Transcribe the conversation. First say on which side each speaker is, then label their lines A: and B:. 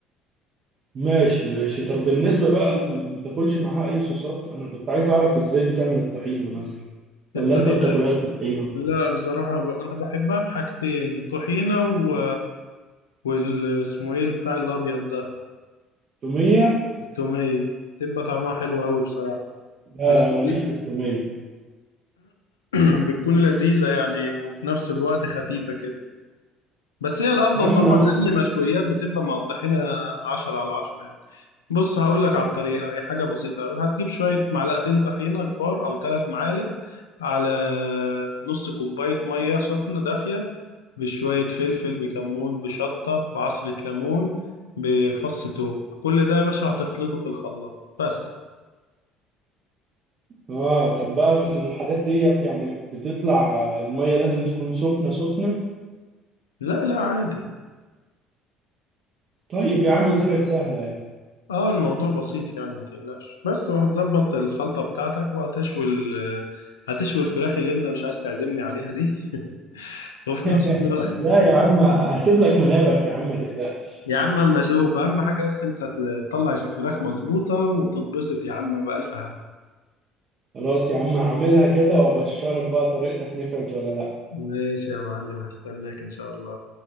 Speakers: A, on the right; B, on the left.
A: ماشي ماشي طب بالنسبة بقى ل- ما بتاكلش معاها اي صوصات انا كنت عايز اعرف ازاي بتعمل الطحينة مثلا ولا
B: الطحينة
A: انت بتاكلهاش بالطحينة
B: لا بصراحة ب- انا بحبها بحاجتين الطحينة و... وال اسمه ايه بتاع الابيض ده
A: تومية
B: التومية تبقى طعمها حلو قوي بصراحة
A: لا
B: بتكون
A: لا ماليش في التومية
B: <clears throat> بتكون لذيذة يعني وفي نفس الوقت خفيفة كده بس هي الافضل
A: يا عم
B: طبعا
A: انا
B: اي مشويات بتبقى مع الطحينه 10 على 10 يعني بص هقول لك على الطريقه هي حاجه بسيطه أوي. هتجيب شويه معلقتين طحينه كبار او ثلاث معالق على نص كوبايه ميه سخنه دافيه بشويه فلفل بكمون بشطه بعصره ليمون بفص توم كل ده يا باشا هتخلطه في الخلاط بس
A: اه طب بقى الحاجات ديت يعني بتطلع المية لازم تكون سخنة سخنة
B: لا لا عادي
A: طيب يا عم طلعت سهلة اهي
B: اه الموضوع بسيط يعني ما تقلقش بس وهتظبط الخلطة بتاعتك وهتشوي ال آه، هتشوي الفراخ اللي انت مش عايز تعزمني عليها دي <laughs> وفي نفس
A: <laughs>
B: الوقت
A: لا يا عم هسيب لك منابك يا عم ما تقلقش
B: يا عم اما اشوف اهم حاجة بس انت تطلع الفراخ مظبوطة وتتبسط يا عم بألف هم
A: خلاص يا عم هعملها كده وابشرك بقى طريقتك نفعت ولا لا
B: ماشي يا معلم هستناك ان شاء الله